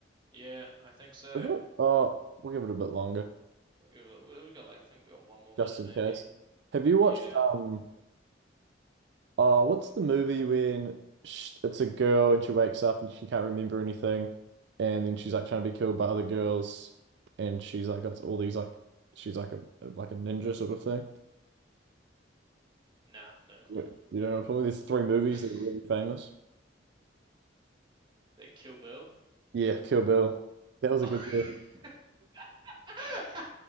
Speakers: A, on the right; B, on the right.
A: Yeah, I think so.
B: Is it? Oh, we'll give it a bit longer,
A: We give we got like I think we got one more
B: just
A: minute
B: in
A: maybe.
B: case. Have you
A: Yeah.
B: watched um oh what's the movie when sh it's a girl and she wakes up and she can't remember anything and then she's like trying to be killed by other girls and she's like got all these like she's like a like a ninja sort of thing.
A: Nah, no clue.
B: Wait, You don't know what I'm talking about? There's three movies
A: <laughs>
B: that are really famous.
A: That Kill Bill.
B: Yeah, Kill Bill. That was a
A: Oh.
B: good one.
A: <laughs> How,